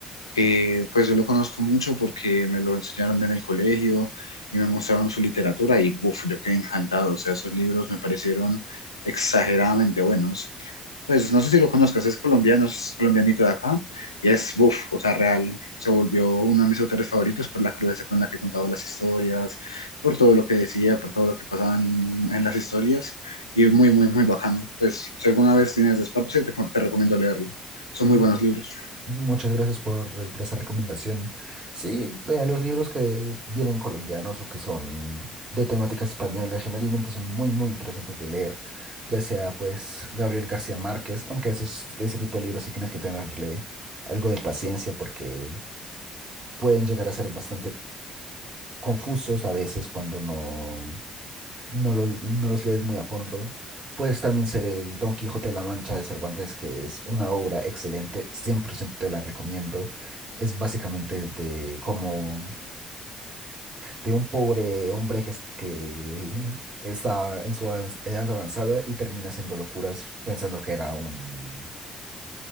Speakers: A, on the left; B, on the right.
A: que pues yo lo conozco mucho porque me lo enseñaron en el colegio y me mostraron su literatura y buf, yo quedé encantado, o sea, esos libros me parecieron exageradamente buenos. Pues no sé si lo conozcas, es colombiano, es colombianito de acá y es buf, o sea, real, se volvió uno de mis autores favoritos por la crudeza con la que contaba las historias, por todo lo que decía, por todo lo que pasaba en, en las historias y muy, muy, muy bacano. Pues si alguna vez tienes desparche, te, te recomiendo leerlo. Son
B: Mm,
A: muy buenos libros.
B: Muchas gracias por, por esa recomendación. Sí, eh, los libros que vienen colombianos o que son de temáticas españolas generalmente son muy, muy interesantes de leer, ya sea pues Gabriel García Márquez, aunque esos, de ese tipo de libros sí tienes que tenerle algo de paciencia porque pueden llegar a ser bastante confusos a veces cuando no, no, lo- no los lees muy a fondo. Puedes también ser el Don Quijote de la Mancha de Cervantes, que es una obra excelente, 100% te la recomiendo. Es básicamente de como de un pobre hombre que, es- que está en su avanz- edad avanzada y termina haciendo locuras pensando que era un,